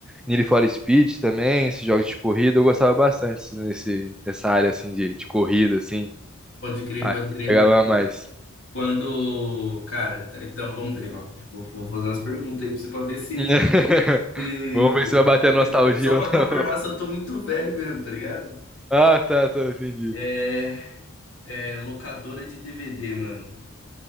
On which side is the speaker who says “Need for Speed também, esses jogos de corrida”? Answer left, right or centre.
Centre